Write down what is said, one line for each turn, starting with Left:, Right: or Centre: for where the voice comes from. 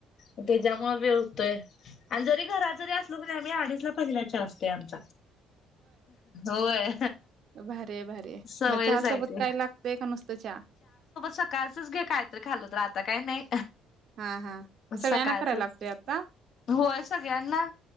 Left: त्यात े जमा भी यळतोय आणि जरी घराात जरी असलो करी आमही अडीचला पहिल्याच्या असते आमचा होय
Right: भरे भरे
Left: सवयच
Right: मग च
Left: आहे
Right: सोबत
Left: ते.
Right: काय लागतंय का नुसतं चहा
Left: सकाळचंच घे काहीतरी खाललं तर आता काही नाही
Right: हा हा
Left: सकाळचच
Right: सगळ्यांना करायला लागतोय आता?
Left: होच सगळ्यांना